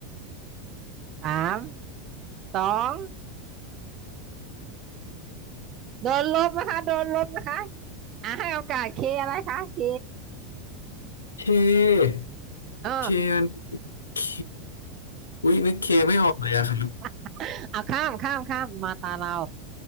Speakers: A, on the right; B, on the left.
A: สามสองโดนลบนะคะโดนลบนะคะอ่าให้โอกาส K อะไรคะ K
B: เค
A: เออ
B: เคอันเคอุ้ยนึกเคไม่ออกเลยอะครับ
A: <laughs> เอาข้ามข้ามข้ามมาตาเรา